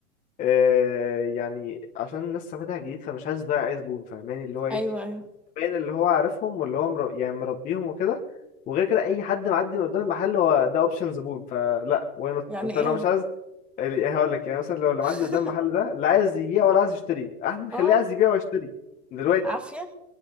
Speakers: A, on the left; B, in the centre.
A: آه، يعني عشان لسه فاتح جديد فمش عايز يضيع اي زبون فاهماني اللي هو ايه
B: ايوه ايوه
A: باين اللي هو عارفهم واللي هو مر... يعني مربيهم وكده وغير كده اي حد معدي من قدام المحل هو ده اوبشن زبون فلا واي نوت
B: يعني
A: انت لو
B: ايه
A: مش عايز ال- يعني هقول لك يعني مثلا لو اللي
B: <laughs>
A: معدي قدام المحل ده لا عايز يبيع ولا عايز يشتري احنا نخليه
B: اه
A: عايز يبيع ويشتري دلوقتي
B: عافية